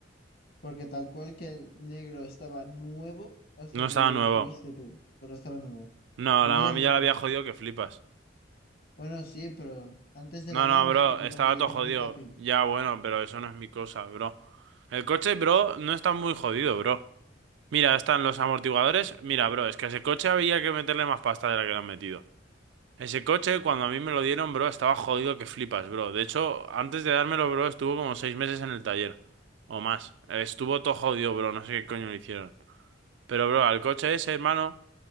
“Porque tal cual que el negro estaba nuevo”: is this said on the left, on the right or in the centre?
Left